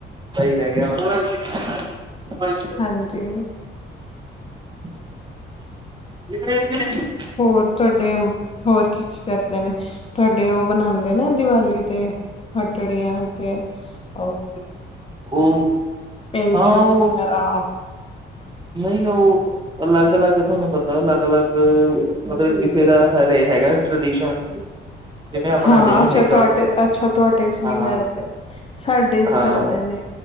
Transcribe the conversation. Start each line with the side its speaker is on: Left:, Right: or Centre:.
Right: ਰਹਿ ਗਿਆ ਤਾਂ <unintelligible>
Left: ਹਾਂਜੀ
Right: <unintelligible>
Left: ਹੋਰ ਤੁਹਾਡੇ ਹੋਰ ਕੀ ਕੀ ਕਰਦੇ ਨੇ ਤੁਹਾਡੇ ਉਹ ਬਨਾਉਂਦੇ ਨੇ ਦੀਵਾਲੀ ਤੇ ਹਟੜੀਆਂ ਤੇ ਉਹ
Right: ਉਹ
Left: ਪੇਂਟਿੰਗਸ
Right: ਹਾਂ ਉਹ
Left: ਵਗੈਰਾ ਆ
Right: ਨਹੀਂ ਉਹ ਅਲੱਗ ਅਲੱਗ ਤੁਹਾਨੂੰ ਪਤਾ ਅਲੱਗ ਅਲੱਗ ਮਤਲਬ ਕਿਸੇ ਦਾ ਹਰੇ ਹੈਗਾ ਨਾ ਟ੍ਰਡੀਸ਼ਨ <unintelligible> ਆਪਣਾ
Left: ਹਾਂ
Right: ਨਹੀਂ
Left: ਅੱਛਾ
Right: ਹੈਗਾ
Left: ਤੁਹਾਡੇ ਅੱਛਾ ਤੁਹਾਡੇ ਚ ਨਹੀਂ
Right: ਹਾਂ
Left: ਕਰਦੇ ਸਾਡੇ ਚ
Right: ਹਾਂ
Left: ਕਰਦੇ ਨੇ